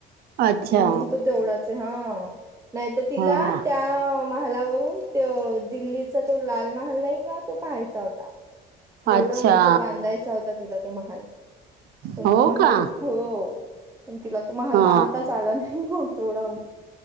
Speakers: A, on the right; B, on the right.
A: अच्छा
B: म्हणून तो तेवढाच हा नाही तर तिला
A: हा
B: त्या महालावरून दिल्लीचा तो लाल महाल नाही का तो पहायचा होता जेवढा
A: अच्छा
B: उंच बांधायचा होता तिला तो महाल पण
A: हो
B: तु महाल
A: का
B: हो पण तिला तू महाल
A: हा
B: बांधताच आला नाही मग तेवढा हम्म